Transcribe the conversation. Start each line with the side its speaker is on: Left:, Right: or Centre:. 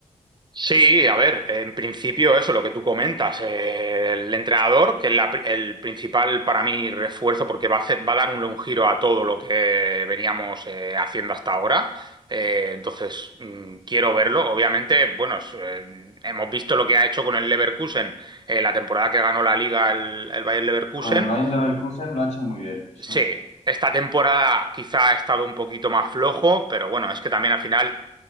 Right: Sí, a ver, en principio eso, lo que tú comentas, eh, el entrenador, que es la pri- el principal para mí refuerzo porque va a hacer- va a dar un, un giro a todo lo que veníamos eh, haciendo hasta ahora. Eh, entonces, mm, quiero verlo. Obviamente, bueno, es, eh, hemos visto lo que ha hecho con el Leverkusen, eh, la temporada que ganó la Liga el, el Bayer Leverkusen.
Left: Con el Bayern Leverkusen lo ha hecho muy bien, sí,
Right: Sí, esta temporada quizá ha estado un poquito más flojo, pero bueno, es que también al final